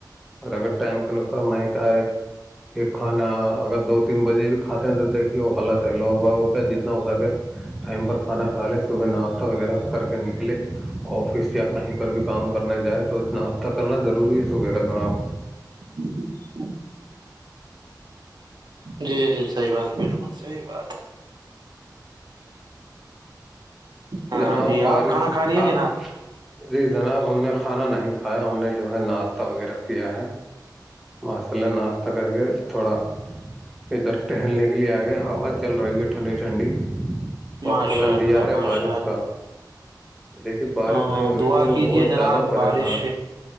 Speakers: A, in the centre; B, on the right.
A: اور اگر ٹائم کے انسار نہیں کہائے یہ کھانا اگر دو تین بجے بھی کھاتے ہیں تو دیکھیے وہ غط ہے لوگ باگ کیا جتنا ہو سکے ٹائم پر کھانا کھا لے صبح ناشتہ وغیرہ کر کے نکلے آفس یا کہیں پر بھی کام کرنے جائے تو اتنا ہفتہ کرنا ضروری ہے صبح کا جناب
B: جی <inaudible> جی جی صحیح بات بالکل صحیح بات ہاں
A: جناب
B: جی
A: بارش
B: آپ کھانا کھا رہیے ج
A: آپ
B: نب
A: جی جناب ہم نے کھانا نہیں کھایا ہم نے جو ہے ناشتہ وغیرہ کیا ہے ماشاء اللہ ناشتہ کر کے تھوڑا ادھر ٹہلنے کے لیے آ گیا ہوا چل رہی ہے ٹھنڈی ٹھنڈی بس
B: ماشاء
A: تھوڑا انتظار
B: اللہ ماشاء
A: ہے بارش کا دیکھیے بارش
B: ہ
A: نہیں ہو
B: دعا
A: رہی تو
B: کیجیے
A: بہت
B: جناب
A: زیادہ پریشان
B: بارش سے